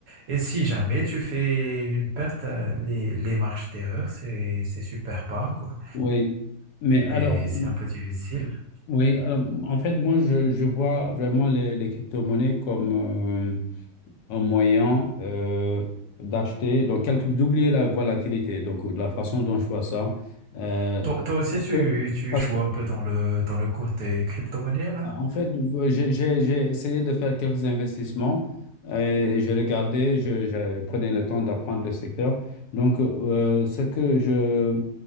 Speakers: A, on the right; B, on the left.
A: et si jamais tu fais une perte, euh, les, les marges d'erreur, c'est c'est super pas, quoi.
B: oui. Mais alors,
A: Et c'est un peu difficile.
B: oui, alors, en fait, moi, je, je vois vraiment les, les crypto-monnaies comme euh, un moyen euh, d'acheter, donc quelque- d'oublier la volatilité, donc de la façon dont je vois ça. Euh,
A: Toi, toi aussi,
B: parce
A: tu,
B: que,
A: tu
B: parce
A: joues
B: que,
A: un peu dans le, dans le cours des crypto-monnaies, là?
B: en fait, j'ai j'ai- j'ai essayé de faire quelques investissements euh, et je regardais, je, je prenais le temps d'apprendre le secteur. Donc, euh, ce que je